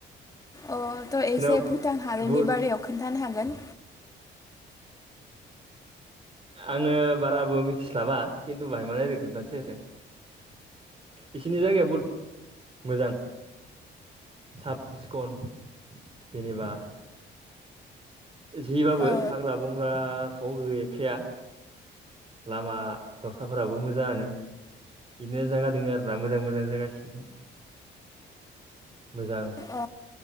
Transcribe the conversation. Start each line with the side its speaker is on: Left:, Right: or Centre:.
Left: अ थ'
Right: बिसोरनाव
Left: एसे भुटान हादरनि
Right: बुहुद
Left: बारैयाव खोन्थानो हागोन।
Right: आङो बाराबो मिथिस्लाबा खिन्थु बाहाय मानो ओरै खोन्थानोासै आरो। बिसिनि जायगाया बहुद मोजां। साब सिखन जेनेबा जिबाबो
Left: औ
Right: हाग्रा बंग्राथ' गैखाया लामा दथाफोराबो मोजाङानो। बिदिनो जायागा दोङो आरोना मोजां मोजां जायगा इसिं सिं मोजां
Left: औ